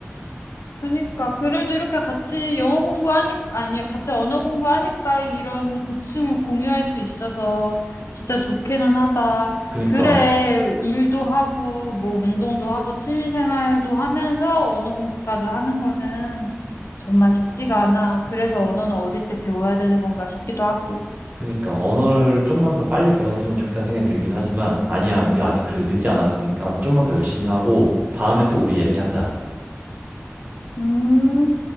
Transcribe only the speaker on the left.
그니까 그래도 이렇게 같이 영어 공부하니 아니 같이 언어 공부하니까 이런 고충을 공유할 수 있어서 진짜 좋기는 하다.
그래 일도 하고 뭐 운동도 하고 취미 생활도 하면서 언어 공부까지 하는 거는 정말 쉽지가 않아. 그래서 언어는 어릴 때 배워야 되는 건가 싶기도 하고.
음.